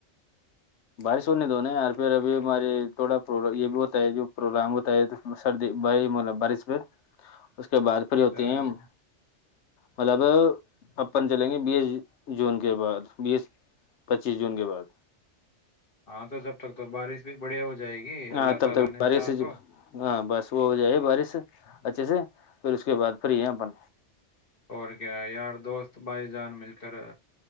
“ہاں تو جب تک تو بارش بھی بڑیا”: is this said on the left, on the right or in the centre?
Left